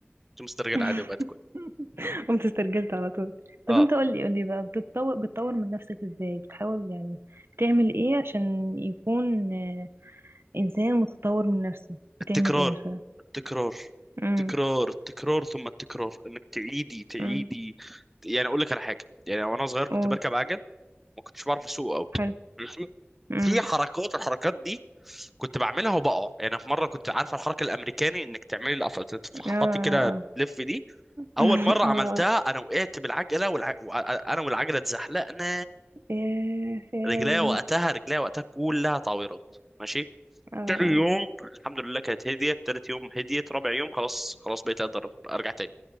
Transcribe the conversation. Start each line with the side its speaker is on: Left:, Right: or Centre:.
Centre: كنت مسترجل
Right: <laughs>
Centre: عادي وبقت كويس
Right: قمت استرجلت على طول طب
Centre: اه
Right: انت قولي قولي بقى بتتطور بتطور من نفسك ازاي بتحاول يعني بتعمل ايه عشان يكون آه، انسان متطور من نفسه بتعمل
Centre: التكرار
Right: ايه مثلا
Centre: التكرار
Right: امم
Centre: التكرار التكرار ثم التكرار انك تعيدي تعيدي
Right: امم
Centre: يعني اقول لك على حاجه يعني وانا صغير كنت
Right: قول
Centre: بركب عجل ما كنتش بعرف اسوق قوي
Right: حلو
Centre: ماشي.
Right: امم
Centre: في حركات الحركات دي كنت بعملها وبقع يعني في مره كنت عارفه الحركه الامريكاني انك تعملي القفل تفحطي
Right: اه
Centre: كده تلف دي اول
Right: اه <laughs>
Centre: مره عملتها
Right: اه
Centre: انا وقعت بالعجله والع... وأ- انا والعجله اتزحلقنا
Right: ايه يا
Centre: رجليا
Right: ابني
Centre: وقتها رجليا وقتها كلها تعويرات ماشي
Right: اه اه
Centre: تاني يوم الحمد لله كانت هديت تالت يوم هديت رابع يوم خلاص خلاص بقيت اقدر ارجع تاني